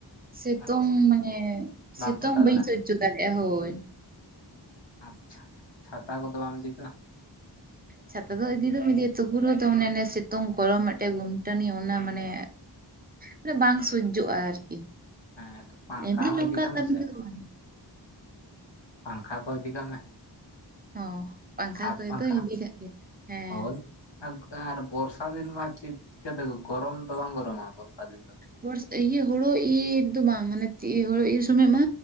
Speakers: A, on the right (about 20°); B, on the left (about 85°).
A: ᱥᱤᱛᱩᱝ
B: ᱟᱪᱪᱷᱟ
A: ᱢᱟᱱᱮ
B: ᱵᱟᱢ
A: ᱥᱤᱛᱩᱝ
B: ᱴᱮᱠᱟᱣ
A: ᱵᱟᱹᱧ
B: ᱫᱟᱲᱮᱭᱟᱜᱼᱟ
A: ᱥᱟᱡᱡᱳ ᱫᱟᱲᱮᱜᱼᱟ ᱦᱳᱭ
B: ᱟᱪᱪᱷᱟ ᱪᱷᱟᱛᱟ ᱠᱚᱫᱚ ᱵᱟᱢ ᱤᱫᱤ ᱠᱟᱜ-ᱟ
A: ᱪᱷᱟᱛᱟ ᱫᱚ ᱤᱫᱤ ᱫᱚᱢ ᱤᱫᱤᱭᱟ ᱛᱚᱵᱩ ᱨᱮ ᱦᱚᱸ ᱢᱟᱱᱮ ᱥᱤᱛᱩᱝ ᱠᱚᱨᱚᱢ ᱢᱤᱫᱴᱮᱱ ᱜᱩᱢᱴᱟᱱᱤ ᱚᱱᱟ ᱢᱟᱱᱮ ᱢᱟᱱᱮ ᱵᱟᱝ ᱥᱚᱦᱡᱡᱳᱜᱼᱟ ᱟᱨᱠᱤ
B: ᱦᱮᱸ ᱛᱚ ᱯᱟᱝᱠᱷᱟ
A: ᱮᱢᱱᱤ
B: ᱦᱚᱸ
A: ᱱᱚᱝᱠᱟ
B: ᱤᱫᱤ ᱠᱟᱜ
A: ᱠᱟᱹᱢᱤ
B: ᱢᱮᱥᱮ
A: ᱠᱚᱫᱚ ᱵᱟᱝ
B: ᱯᱟᱝᱠᱷᱟ ᱠᱚ ᱤᱫᱤ ᱠᱟᱜ ᱢᱮ
A: ᱦᱚᱸ ᱯᱟᱝᱠᱷᱟ
B: ᱦᱟᱛ
A: ᱠᱚ
B: ᱯᱟᱝᱠᱷᱟ
A: ᱫᱚ ᱦᱤᱫᱤ ᱠᱟᱜ ᱜᱮᱭᱟ ᱦᱮᱸ
B: ᱦᱳᱭ ᱟᱨ ᱵᱚᱨᱥᱟ ᱫᱤᱱ ᱢᱟ ᱪᱮᱫ ᱪᱤᱠᱟᱹᱛᱮ ᱜᱚᱨᱚᱢ ᱫᱚ ᱵᱟᱝ ᱜᱚᱨᱚᱢᱟ ᱵᱚᱨᱥᱟ ᱫᱤᱱ ᱫᱚ
A: ᱵᱚᱨᱥ ᱤᱭᱟᱹ ᱦᱳᱲᱳ ᱤᱨ ᱨᱮᱫᱚ ᱵᱟᱝ ᱢᱟᱱᱮ ᱦᱳ ᱥᱚᱢᱚᱭ ᱢᱟ